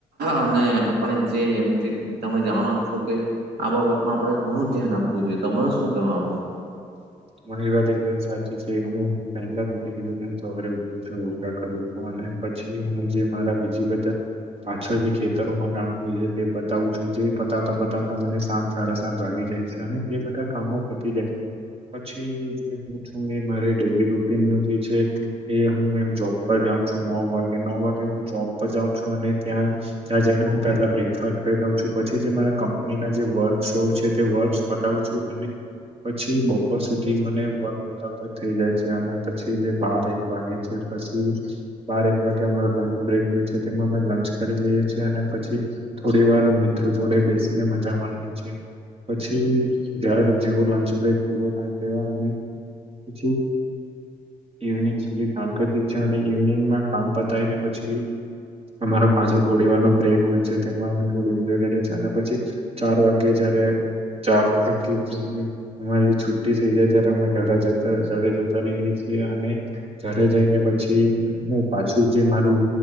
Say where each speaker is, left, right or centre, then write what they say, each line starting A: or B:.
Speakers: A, on the right; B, on the right.
A: અને આપણે જે એમ જે તમે જાણો છો કે આ બાબતમાં આપણે ઘણું ધ્યાન આપવું જોઈએ તમારે શું કે આ બાતમાં
B: મારી વાત એકદમ સાચી છે હું પહેલા તમને કીધું કે સવારે ઉઠું છું યોગા કરું છું અને મેં પછી હું જે મારા બીજી બધા પાછળ જે ખેતરોમાં કામ હોય છે તે બતાવું છું જે પતાવતા પતાવતા મને સાત સાડા સાત વાગે જાય છે અને તે બધા કામો પતી જાય છે પછી જે હું છું એ મા ડેલી રૂટીન નું જે છે એ હું એમ જોબ પર જાઉં છું નવ વાગે નવ વાગે હું જોબ પર જઉં છું અને ત્યાં ત્યાં જઈને હું પેલા બ્રેકફાસ્ટ કરી દઉં છું પછી જે મારા કંપનીના જે વર્કસ હોય છે તે વર્કસ બતાવું છું અને પછી બો બપોર સુધી મને વર્ગ પતાતા થઈ જાય છે અને પછી જે બાર એક વાગે છે પછી બારક વાગે અમા લંચ બ્રેક હોય છે તેમાં અમે લંચ કરી લઈએ છીએ અને પછી થોડી વાર મી મ્ર જોડે બેસીને મજા માણીએ છીએ પછી જારે જેવો લંચ બ્રેક પૂરો થાય તેવા અમે પછી ઇવનિંગ સુધી કામ કરએ છે અને ઇવનિંગમાં કામ પતાયને પછી અમારો પાછો થોડી વાર નો બ્રેક હોય છે તેમાં અમે થોડું એન્જોય કરીએ છીએ અને પછી ચાર વાગ્યે જ બે ચાર પટીીમારી છુ્ટી થઈ જાય ત્યારે અમે ઘરે જતા ઘરે જતા રહીએ છીએ અને ઘરે જઈને પછી હ પાછું જે મારું